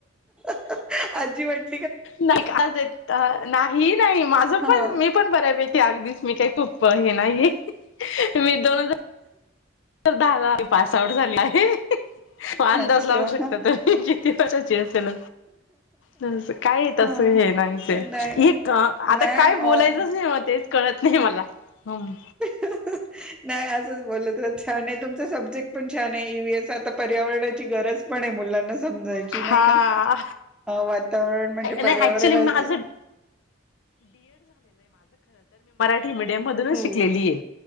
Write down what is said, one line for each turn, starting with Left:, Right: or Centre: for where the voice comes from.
Centre: <unintelligible> आजी वाट
Left: नाही का आज येत? नाही नाही. माझ
Centre: हा
Left: पण मी पण बऱ्यापैकी अगदीच मी काही खूप हे नाही. मी दोन हजा तर दहा दहा पास आउट झाले आहे. अंदाज
Centre: अच्छा
Left: लावू शकता तु किती वर्षाची असेल तस काय तस
Centre: हा
Left: हे नाहीच
Centre: नाही
Left: एक आता
Centre: नाही
Left: काय बोलायचंच नाही म तेच. कळत नाही मला. हम
Centre: नाही अजून. बोलत छान आहे तुमचा सब्जेक्ट पण छान आहे यस आता पर्यावरण. गरज पण आहे मुलांना समजवायची
Left: हा
Centre: नाही का? वातावरण म्हणजे
Left: नाही
Centre: पर्यावरणाचं
Left: ऍक्च्युली माझं मिी <unintelligible> मधूनच
Centre: हम्म.
Left: शिकलेलीये.